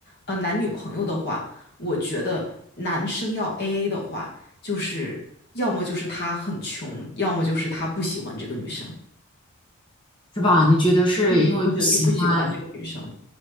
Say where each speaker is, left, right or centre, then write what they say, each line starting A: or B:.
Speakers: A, on the left; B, on the left.
A: 呃男女朋友的话，我觉得男生要 AA 的话，就是要么就是他很穷，要么就是他不喜欢这个女生。
B: 是吧？你觉得是因为不喜欢？
A: 嗯，我觉得是不喜欢这个女生。